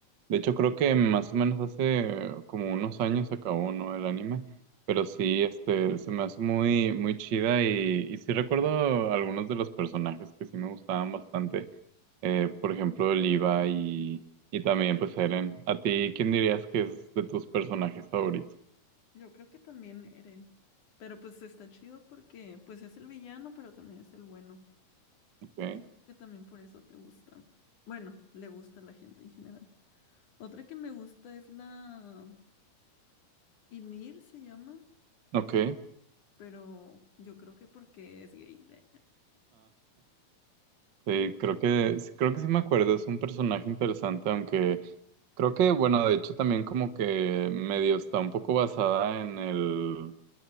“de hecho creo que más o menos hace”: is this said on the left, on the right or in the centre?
Right